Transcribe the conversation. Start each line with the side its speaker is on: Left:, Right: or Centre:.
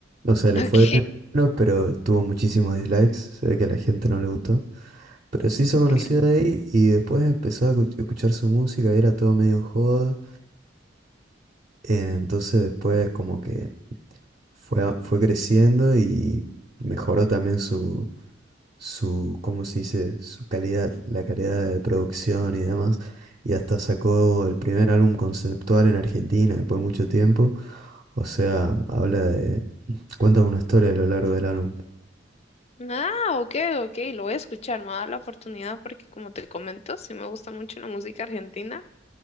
Right: O
Left: <laughs>
Right: sea, le fue
Left: Ok,
Right: bien, no, pero tuvo muchísimos dislikes. Se ve que a la gente no le gustó. Pero se hizo
Left: ok.
Right: conocido ahí y después empezó a escu- escuchar su música y era todo medio en joda. Eh, Entonces después como que fue, a- fue creciendo y mejoró también su, su, ¿cómo se dice? Su calidad, la calidad de producción y demás. Y hasta sacó el primer álbum conceptual en Argentina después de mucho tiempo. O sea, habla de, <clears throat> cuenta una historia a lo largo del álbum.
Left: Ah, ok, ok, lo voy a escuchar, me va a dar la oportunidad porque como te comento, sí me gusta mucho la música argentina.